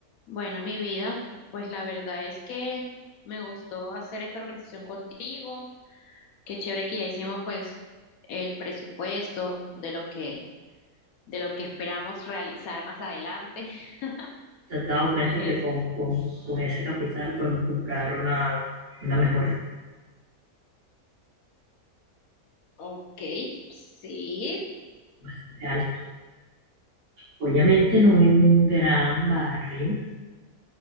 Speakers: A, on the left; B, on the right.
A: Bueno, mi vida, pues la verdad es que me gustó hacer esta organización contigo. Qué chévere que ya hicimos pues el presupuesto de lo que de lo que esperamos realizar más adelante. <laughs>
B: ¿Te has dado cuenta
A: Es
B: que con, con- con ese capital podemos comprar una, una mejora
A: ok, sí,
B: bastante alta? Obviamente no en un gran barrio,